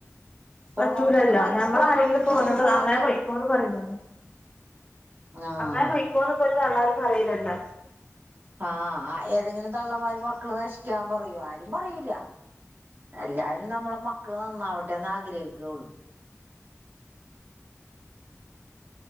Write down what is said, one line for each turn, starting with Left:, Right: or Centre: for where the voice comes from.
Right: പോണോടത്തൊക്കെ
Left: പറ്റൂലല്ലോ
Right: നമുക്ക്
Left: ഞമ്മൾ
Right: പോകാൻ
Left: ആരെങ്കിലും
Right: പറ്റോ
Left: ഇപ്പോ
Right: ഇവര്
Left: ഓരോട്
Right: പോണ
Left: അങ്ങനെ
Right: എല്ലാടത്തും
Left: പോയിക്കോന്ന് പറീല്ലല്ലോ
Right: ആഹ്
Left: അങ്ങനെ പോയിക്കോന്ന്. തള്ളാർ പറീല്ലല്ലോ
Right: ആ ഏതെങ്കിലും തള്ളം മാര് മക്കള് നശിക്കാൻ പറയു ആരും പറയൂല എല്ലാരും നമ്മളെമ്മ നന്നാവട്ടെ ന്ന് ആ <unintelligible>